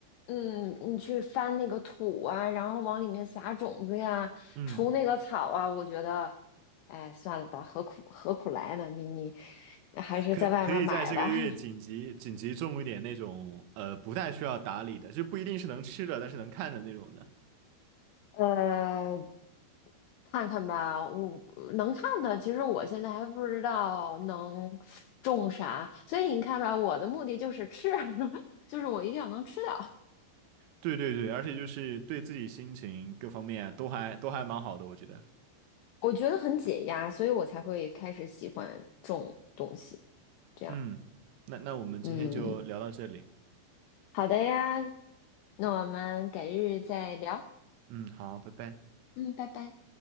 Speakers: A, on the left; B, on the right.
A: 嗯，你去翻那个土啊，然后往里面撒种子呀，
B: 嗯，
A: 除那个草啊，我觉得，哎，算了吧，何苦何苦来呢？你你还是在外面买吧。
B: 可可以在这个月紧急紧急种一点那种呃不太需要打理的，
A: <laughs>
B: 就不一定是能吃的，但是能看的那种的。
A: 呃，看看吧，我呃能看的，其实我现在还不知道能种啥，所以你看吧，我的目的就是吃，<laughs> 就是我一定要能吃到，
B: 对对对，而且就是对自己心情各方面都还都还蛮好的，我觉得。
A: 我觉得很解压，所以我才会开始喜欢种东西，这样，
B: 嗯，那那我们今天就聊到这里。
A: 嗯。好的呀，那我们改日再聊。
B: 嗯，好，拜拜。
A: 嗯，拜拜。